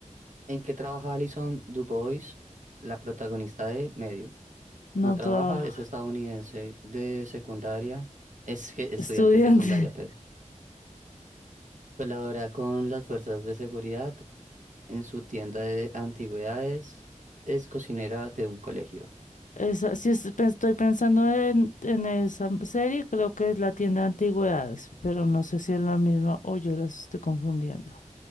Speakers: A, on the right; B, on the left.
A: ¿En qué trabaja Alison DuBois, la protagonista de Medium?
B: no
A: No trabaja,
B: trabajo.
A: es estadounidense de secundaria, es que- estudiante
B: Estudiante.
A: de secundaria, pero colabora con las fuerzas de seguridad en su tienda de antigüedades, es cocinera de un colegio.
B: Esa, sí es- pe- estoy pensando en, en esa serie, creo que es la tienda de antigüedades, pero no sé si es la misma o yo las estoy confundiendo.